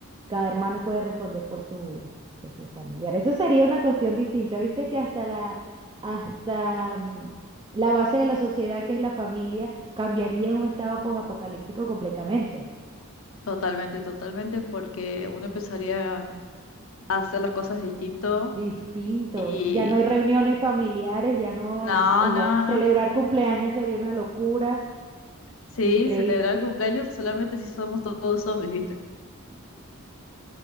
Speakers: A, on the right (about 20°); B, on the left (about 70°).
A: cada hermano puede responder por su, por su familiar. Eso sería una cuestión distinta. Viste que hasta la, hasta, mm, la base de la sociedad, que es la familia, cambiaría en un estado posapocalíptico completamente.
B: totalmente, totalmente, porque uno empezaría a hacer las cosas distinto
A: Distinto.
B: y
A: Ya no hay reuniones familiares, ya no,
B: no,
A: la-
B: no,
A: celebrar
B: no.
A: cumpleaños sería una locura.
B: Sí,
A: Increíble.
B: celebrar el cumpleaños solamente si somos todos zombies, ¿viste?